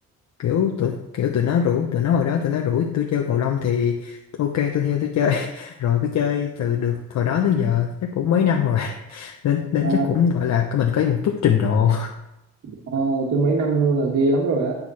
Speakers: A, on the left; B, on the right.
A: kiểu tụi kiểu tụi nó rủ tụi nó hồi đó tụi nó rủ tôi chơi cầu lông thì ok tôi theo tôi chơi <laughs> rồi cứ chơi từ được hồi đó tới giờ chắc cũng mấy năm rồi <laughs> nên nên
B: À.
A: chắc cũng gọi là mình có một chút trình độ
B: Ờ, tôi mấy năm luôn là ghê lắm rồi á